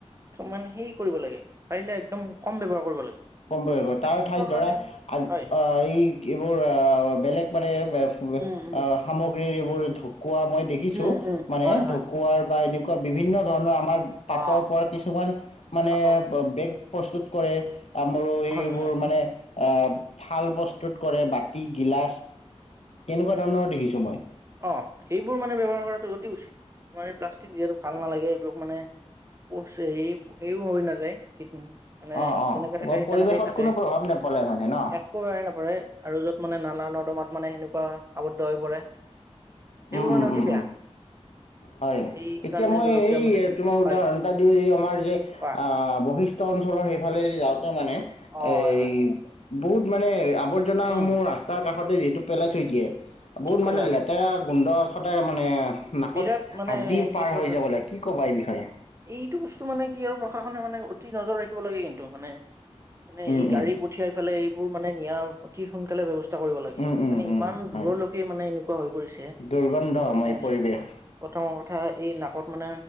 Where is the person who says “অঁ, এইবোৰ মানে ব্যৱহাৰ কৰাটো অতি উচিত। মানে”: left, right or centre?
Right